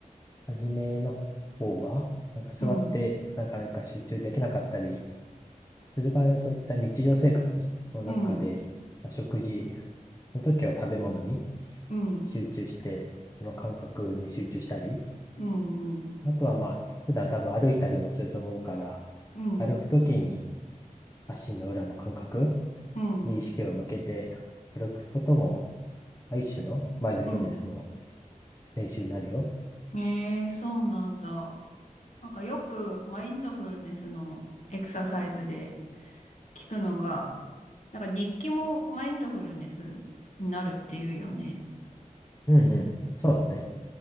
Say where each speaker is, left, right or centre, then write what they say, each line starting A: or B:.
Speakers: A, on the left (about 25°); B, on the left (about 60°).
A: 初めの方は、なんか座ってなかなか集中できなかったり、
B: うん、
A: する場合はそういった日常生活の中で、
B: うん、
A: まあ、食事の時は食べ物に
B: うん、
A: 集中して、その感覚に集中したり、
B: うん、うん、
A: あとはまあ、普段多分歩いたりもすると思うから、
B: うん、
A: 歩く時に足の裏の感覚
B: うん、
A: に意識を向けて歩くことも、一種のマインドフルネスの
B: うん。
A: 練習になるよ。
B: ええ、そうなんだ。なんかよくマインドフルネスのエクササイズで聞くのが、なんか日記もマインドフルネスになるっていうよね。
A: うんうん。そうだね。